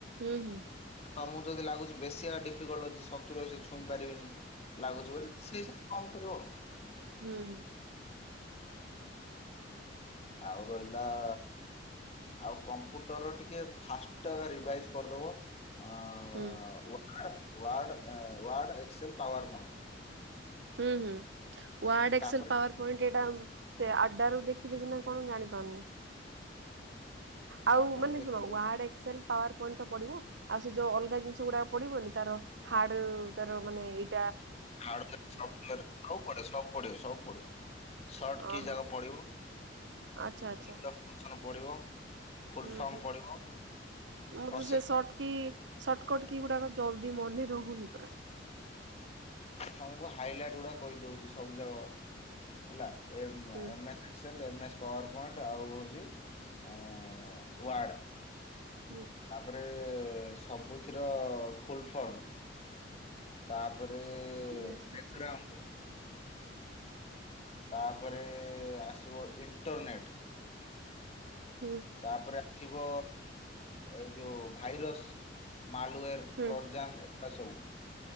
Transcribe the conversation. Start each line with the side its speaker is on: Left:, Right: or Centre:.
Right: ହୁଁ।
Left: ତମକୁ ଯଦି ଲାଗୁଚି ବେଶୀ ହେ ଡିଫିକଲ୍ଟ ଅଛି ସତୁରି ଅଶି ଛୁଇଁ ପାରିବେନି। ଲାଗୁଚି ବୋଲି ସେଇ ହିସାବରେ କଣ କରିବ?
Right: ହୁଁ ହୁଁ।
Left: ଆଉ ରହିଲାଆ ଆଉ କମ୍ପୁଟର ଟିକେ ଫାଷ୍ଟ ରିଭାଇଜ କରିଦବ। ଆଁ
Right: ହୁଁ।
Left: ହଁ ୱାର୍ଡ ୱାର୍ଡ ଏଁ ୱାର୍ଡ ଏକ୍ସେଲ ପାୱାର ପଏଣ୍ଟ
Right: ହୁଁ ହୁଁ ୱାର୍ଡ ଏକ୍ସେଲ
Left: ତାପରେ
Right: ପାୱାର ପଏଣ୍ଟ ଏଇଟା ସେ ଆଡ୍ଡା ରୁ ଦେ ଯିବି ନା କଣ ଜାଣି ପାରୁନି? ଆଉ
Left: ହାର୍ଡର
Right: ମାନେ
Left: ଦେଖିଲି
Right: ଶୁଣ ୱାର୍ଡ ଏକ୍ସେଲ ପାୱାର ପଏଣ୍ଟ ତ ପଡିବ ଆଉ ସେ ଯୋଉ ଅଲଗା ଜିନିଷ ଗୁଡାକ ପଡିବନି ତାର ହାର୍ଡ ତାର ମାନେ ଇଏ
Left: ହାର୍ଡ ସଫ୍ଟୁଆର ସବୁ ପଡିବ ସବୁ ପଡିବ ସବୁ ପଡିବ। ସର୍ଟ କି
Right: ଅହଁ
Left: ଜାକ ପଡିବ।
Right: ଆଚ୍ଛା ଆଚ୍ଛା।
Left: ତା ଫଙ୍କସନ୍ ପଡିବ। ଫୁଲ
Right: ହୁଁ
Left: ଫର୍ମ
Right: ହୁଁ
Left: ପଡିବ
Right: ମୁଁ
Left: process
Right: ତ ସେଇ short key shortcut key ଗୁଡାକ ଜଲଦି ମନେ ରହୁନି ପରା।
Left: ତମକୁ ହାଇଲାଇଟ୍ ଗୁଡା କହିଦୋଉଚି ସବୁ ଯାକ ହେଲା ଏ ମ୍
Right: ହୁଁ
Left: ଏ ମେ Excel M S PowerPoint ଆଉ ହୋଉଚି ୱାର୍ଡ।
Right: ହୁଁ।
Left: ତାପରେ ସବୁଥିର ଫୁଲ ଫର୍ମ। ତାପରେ
Right: ହୁଁ
Left: ବେଗ୍ରାଉଣ୍ଡ। ତାପରେ ଆସିବ ଇଣ୍ଟରନେଟ୍।
Right: ହୁଁ।
Left: ତାପରେ ଆସିବ ଏଇ ଯୋଉ ଭାଇରସ୍ ମାଲ୍ଉଏର।
Right: ହୁଁ
Left: ଟ୍ରରଜାମ ଏଗୁଡା ସବୁ।